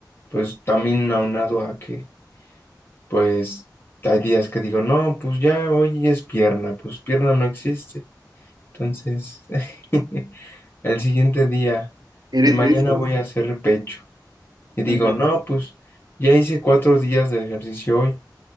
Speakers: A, on the left; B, on the right.
A: pues también aunado a que, pues hay días que digo, no, pues ya hoy es pierna, pues pierna no existe. Entonces, <laughs> el siguiente día,
B: ¿Eres
A: eh, mañana
B: de esos?
A: voy a hacer pecho. Y digo,
B: ajá.
A: no, pues ya hice cuatro días de ejercicio hoy